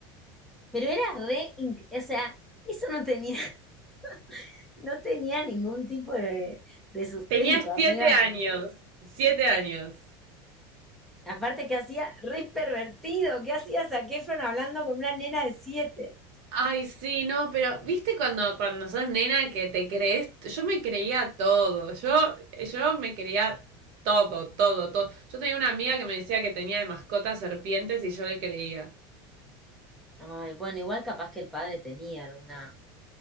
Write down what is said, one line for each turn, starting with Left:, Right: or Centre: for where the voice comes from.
Centre: Pero era re, inc- o sea, eso no tenía, <laughs> no tenía ningún tipo de, de sustento,
Right: Tenía
Centre: amiga.
Right: siete años. Siete años.
Centre: Aparte que hacía re pervertido, ¿qué hacía Zac Efron hablando con una nena de siete?
Right: Ay, sí, no, pero viste cuando, cuando sos nena que te crees, yo me creía todo, yo, yo me creía todo, todo, todo. Yo tenía una amiga que me decía que tenía de mascota serpientes y yo le creía.
Centre: Ay, bueno, igual capaz que el padre tenía alguna,